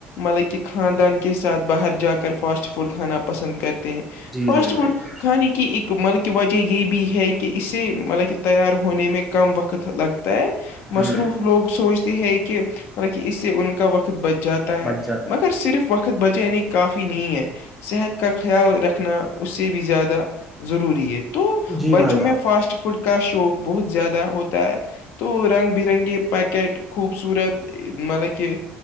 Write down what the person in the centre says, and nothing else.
جی
جی بھائی
جان
جی
جی
بچ
جاتا
جی
بھائی جان